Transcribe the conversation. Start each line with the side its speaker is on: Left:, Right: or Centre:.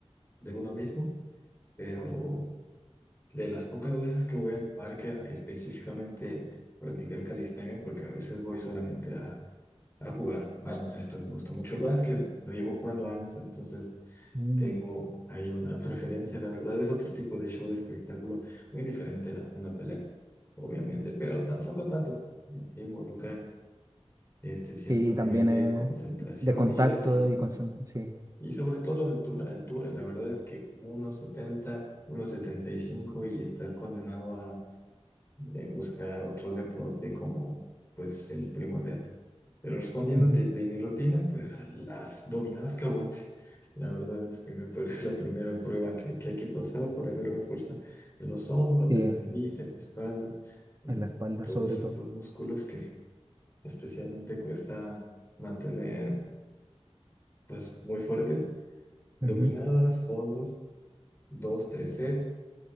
Left: de uno mismo, pero de las pocas veces que voy al parque a específicamente practicar calistenia, porque a veces voy solamente a, a jugar baloncesto. Me gusta mucho el básquet, lo llevo jugando años, entonces
Right: Mm.
Left: tengo ahí una <laughs> preferencia, la verdad. Es otro tipo de show de espectáculo, muy diferente a una pelea, obviamente, pero tampoco tanto. eh, Sí, involucra este cierto
Right: Y
Left: nivel
Right: también
Left: de
Right: eh,
Left: concentración
Right: de contacto
Left: y de físico.
Right: y concentración, sí,
Left: Y sobre todo de altura, altura. La verdad es que 1,70, 1,75 y cinco y estás condenado eh, buscar otro deporte como pues el primordial. Pero respondiéndote
Right: Ujú.
Left: de mi rutina, pues a las dominadas que aguante. La verdad es que me <laughs> parece la primera prueba que, que hay que pasar para agarrar fuerza en los hombros,
Right: Sí,
Left: en el bíceps, espalda, en
Right: en la espalda
Left: todos
Right: sobre
Left: estos
Right: todo.
Left: músculos que especialmente cuesta mantener pues muy fuertes. Dominadas,
Right: Ujú.
Left: fondos, dos, tres sets.